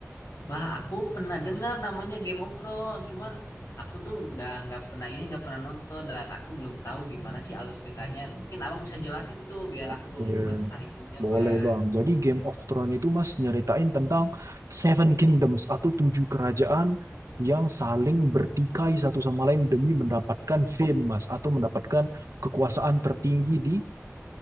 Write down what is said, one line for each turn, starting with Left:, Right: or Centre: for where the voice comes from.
Left: Wah, aku pernah dengar namanya Game of Thrones, cuman aku tuh nggak nggak pernah ini nggak pernah nonton dan aku belum tahu gimana sih alur ceritanya. Mungkin abang bisa jelasin tuh biar
Right: Oke,
Left: aku lumayan tertarik juga,
Right: boleh
Left: bang.
Right: Bang. Jadi Game of Thrones itu Mas nyeritain tentang Seven Kingdoms atau tujuh kerajaan yang saling bertikai satu sama lain demi mendapatkan fame Mas atau mendapatkan kekuasaan tertinggi di